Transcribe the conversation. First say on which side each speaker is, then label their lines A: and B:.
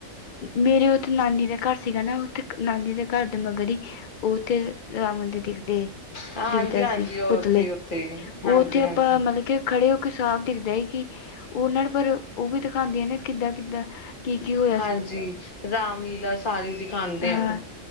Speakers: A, on the left (about 60°); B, on the left (about 45°).
A: ਮੇਰੇ ਉੱਥੇ ਨਾਨੀ ਦਾ ਘਰ ਸੀਗਾ ਨਾ, ਉੱਥੇ ਨਾਨੀ ਦੇ ਘਰ ਦੇ ਮਗਰ ਹੀ ਉਹ ਉੱਥੇ, ਰਾਵਣ ਦੇ ਦਿਖਦੇ।
B: ਹਾਂਜੀ-ਹਾਂਜੀ
A: ਦਿਖਦਾ ਸੀ
B: ਉਹ
A: ਪੁਤਲੇ,
B: ਉੱਥੇ ਹੀ ਉੱਥੇ ਹੀ ਹਾਂਜੀ-ਹਾਂਜੀ।
A: ਉਹ ਉੱਥੇ ਆਪਾਂ, ਮਤਲਬ ਕਿ, ਖੜੇ ਹੋ ਕੇ, ਸਾਫ਼ ਦਿਖਦਾ ਹੈ ਕਿ, ਉਹਨਾਂ ਨੂੰ ਪਰ ਉਹ ਵੀ ਦਿਖਾਉਂਦੇ ਆਂ ਨੇ, ਕਿੱਦਾਂ -ਕਿੱਦਾਂ ਕੀ ਕੀ ਹੋ।
B: ਹਾਂਜੀ, ਰਾਮ ਲੀਲਾ ਸਾਰੀ ਦਿਖਾਉਂਦੇ
A: ਹਾਂ
B: ਐ, ਉਹ।